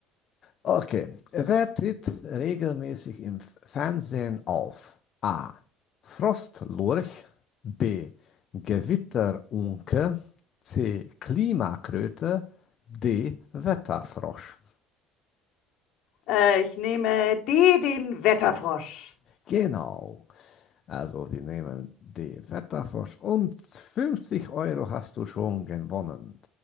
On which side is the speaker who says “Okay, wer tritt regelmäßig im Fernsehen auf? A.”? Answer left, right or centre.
Left